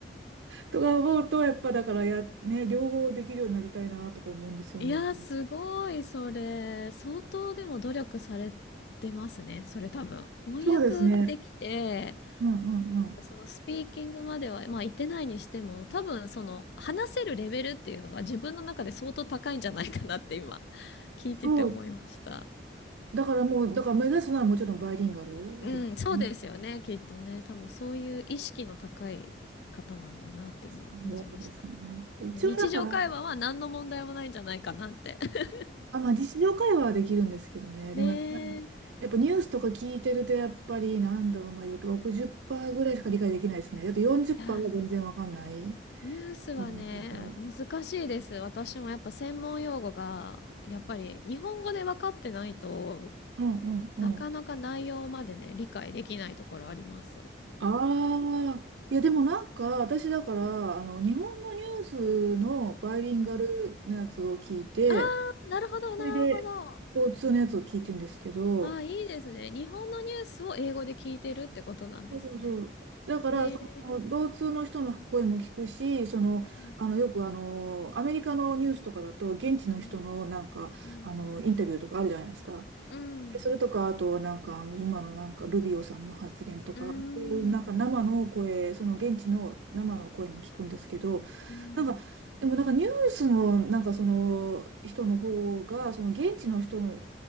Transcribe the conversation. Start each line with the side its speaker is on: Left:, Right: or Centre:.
Right: とか思うと、やっぱだからや、ね、両方できるようになりたいなとか思うんですよね。
Left: いや、すごい、それ。相当でも努力されてますね、それ多分。翻訳ができて、
Right: そうですね。うんうんうん。
Left: そのスピーキングまでは、まあ言ってないにしても、多分その話せるレベルっていうのが自分の中で相当高いんじゃないかなって今、聞いてて思いました。
Right: そう。だからもう、だから目指すのはもちろんバイリンガルですね。
Left: うん、そうですよね、きっとね。多分そういう意識の高い方なんだなって今感じました。
Right: そうですね。一応だから、
Left: その日常会話は何の問題もないんじゃないかなって。<laughs>
Right: あ、まあ日常会話はできるんですけどね。
Left: ねえ。
Right: でもやっぱり、
Left: い
Right: やっぱニュースとか聞いてると、やっぱり、なんだろう、まあ60%ぐらいしか理解できないですね。だって40%
Left: や、
Right: は全然わかんない
Left: ニュースはね、
Right: 感じで。
Left: 難しいです。私もやっぱ専門用語が、やっぱり日本語で分かってないと
Right: うんうんうん。
Left: なかなか内容までね、理解できないところあります。
Right: ああ、いやでもなんか、私だから、あの、日本のニュースのバイリンガルのやつを聞いて、
Left: うんあー、なるほど、
Right: それで、
Left: なるほど。
Right: 共通のやつを聞いてんですけど、
Left: ああ、いいですね。日本のニュースを英語で聞いてるってことなんですね。
Right: そうそうそう。だから、
Left: ええ、
Right: その、同通の人の声も聞くし、その、
Left: うん
Right: あの、よくあの、アメリカのニュースとかだと、現地の人のなんか、
Left: うんうん
Right: あの、インタビューとかあるじゃないですか。
Left: うん
Right: でそれとか、あと、なんか、あの、今のなんか、ルビオさんの発言とか、
Left: うん
Right: そういうなんか、生の声、その、現地の生の声も聞くんですけど、
Left: うん
Right: なんか、でもなんか、ニュースの、なんか、その、人の方が、その、現地の人のよ